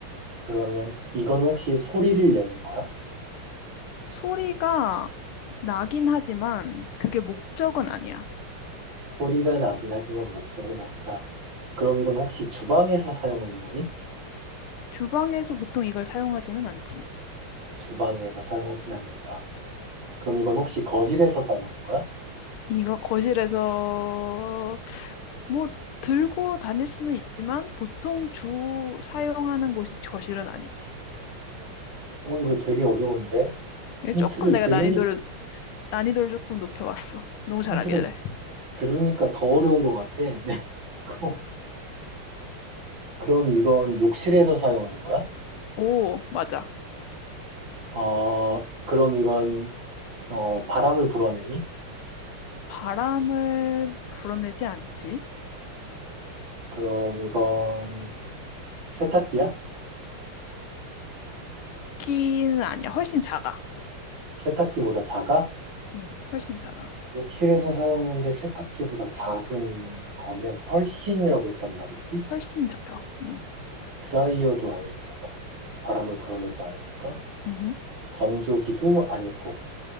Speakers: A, on the right; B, on the left.
A: 그러면 이건 혹시 소리를 내는 거야?
B: 소리가 나긴 하지만 그게 목적은 아니야.
A: 소리가 나긴 하지만 목적은 아니다. 그럼 이건 혹시 주방에서 사용하는 거니?
B: 주방에서 보통 이걸 사용하지는 않지.
A: 주방에서 사용하진 않는다. 그럼 이건 혹시 거실에서 사용하는 거야?
B: 이거 거실에서 뭐 들고 다닐 수는 있지만 보통 주 사용하는 곳이 거실은 아니지.
A: 어, 이거 되게 어려운데? 힌트를
B: 이게 조금 내가
A: 들으니,
B: 난이도를, 난이도를 조금 높여봤어. 너무
A: 힌트를
B: 잘하길래.
A: 들으니까 더 어려운 것 같아. <laughs> 그- 그럼 이건 욕실에서 사용하는 거야?
B: 오, 맞아.
A: 어, 그럼 이건 어, 바람을 불어내니?
B: 바람을 불어내지 않지.
A: 그럼 이건 세탁기야?
B: 세탁기는 아니야. 훨씬 작아.
A: 세탁기보다 작아?
B: 음, 훨씬 작아.
A: 욕실에서 사용하는데 세탁기보다 작은 거면 훨씬이라고 했단 말이지?
B: 훨씬 작아. 음,
A: 드라이어도 아닐 테고, 바람을 불어내지 않으니까,
B: 음,
A: 건조기도 아닐 거고,